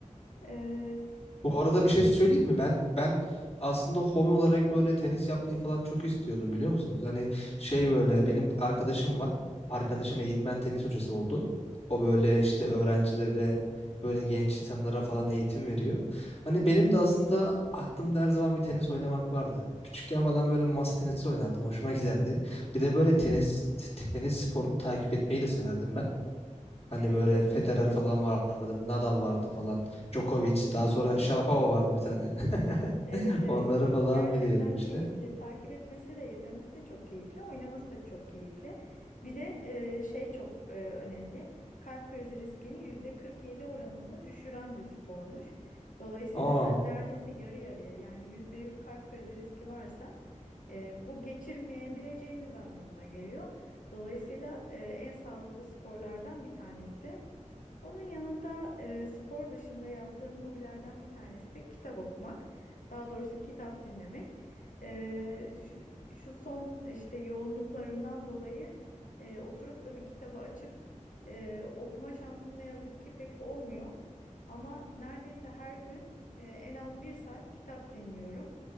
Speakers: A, on the left; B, on the left.
A: E,
B: Bu
A: onun
B: arada bir şey söyleyeyim mi? Ben ben aslında hobi olarak böyle tenis yapmayı falan çok istiyordum biliyor musunuz? Hani şey böyle benim arkadaşım var. Arkadaşım eğitmen tenis hocası oldu. O böyle işte öğrencilere böyle genç insanlara falan eğitim veriyor. Hani benim de aslında aklımda her zaman bir tenis oynamak vardı. Küçükken falan böyle masa tenisi oynardım. Hoşuma giderdi. Bir de böyle tenis tenis sporunu takip etmeyi de severdim ben. Hani
A: evet
B: böyle
A: çok
B: Federer
A: keyifli.
B: falan vardı, Nadal vardı falan, Djokovic, daha sonra Sharapova vardı bir tane.
A: Evet
B: <laughs>
A: evet.
B: Onları falan
A: Gerçekten
B: biliyorum işte.
A: keyifli. Takip etmesi de izlemesi de çok keyifli. Oynaması da çok keyifli. Bir de e, şey çok e, önemli. Kalp krizi riskini yüzde 47 oranında düşüren bir spormuş. Dolayısıyla
B: Aa,
A: ne- neredeyse yarı yarıya yani yüzde yüz kalp krizi riski varsa e, bu geçirmeyebileceğiniz anlamına geliyor. Dolayısıyla e, en sağlıklı sporlardan bir tanesi. Onun yanında e, spor dışında yaptığım hobilerden bir tanesi de kitap okumak. Daha doğrusu kitap dinlemek. E, şu, şu son işte yoğunluklarımdan dolayı e, oturup da bir kitabı açıp e, okuma şansım ne yazık ki pek olmuyor. Ama neredeyse her gün e, en az bir saat kitap dinliyorum.